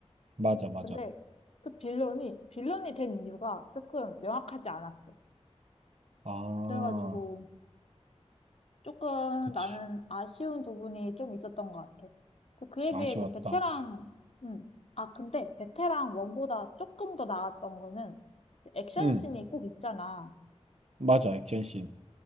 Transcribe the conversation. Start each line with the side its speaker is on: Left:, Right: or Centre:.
Right: 맞아, 맞아.
Left: 근데 그 빌런이, 빌런이 된 이유가 조금 명확하지 않았어.
Right: 아,
Left: 그래가지고, 조금
Right: 그치.
Left: 나는 아쉬운 부분이 좀 있었던 것 같아. 그- 그에
Right: 아쉬웠다.
Left: 비해 이제 베테랑, 음, 아, 근데 베테랑 원보다 조금 더 나았던 거는 액션씬이
Right: 응,
Left: 꼭 있잖아.
Right: 맞아. 액션씬.